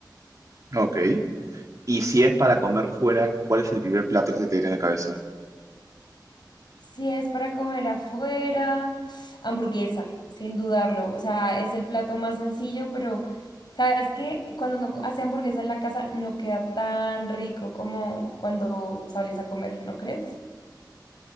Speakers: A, on the right; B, on the left.
A: Ok. Y si es para comer fuera, ¿cuál es el primer plato que se te viene a la cabeza?
B: Si es para comer afuera, hamburguesa, sin dudarlo. O sea, es el plato más sencillo, pero sabes que cuando uno hace hamburguesa en la casa no queda tan rico como cuando sales a comer, ¿no crees?